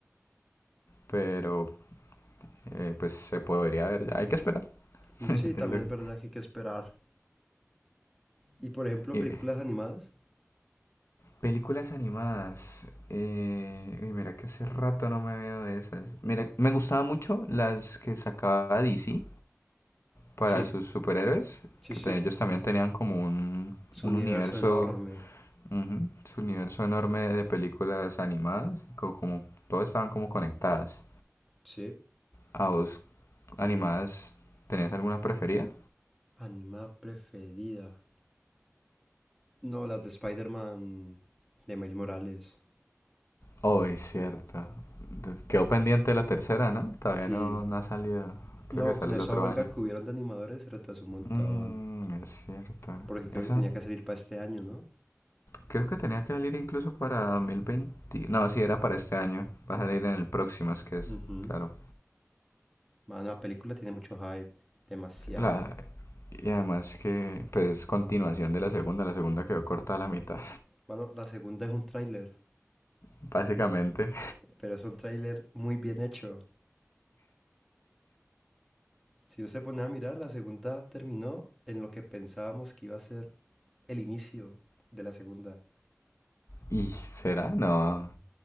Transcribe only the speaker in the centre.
Mm,
Sí, también
es verdad que hay que esperar. Y por ejemplo,
películas animadas.
Sí,
sí,
sí.
Su
universo
enorme.
Sí.
Animada preferida. No, las de Spider-Man de Miles Morales.
Sí.
No,
con esa
huelga
que hubieron de animadores se retrasó un montón.
Porque creo
que tenía
que salir para este año, ¿no?
Ujú.
Mano, la película tiene mucho hype. Demasiado.
Mano, la segunda es un tráiler.
Pero es un tráiler muy bien hecho. Si usted pone a mirar, la segunda terminó en lo que pensábamos que iba a ser el inicio de la segunda.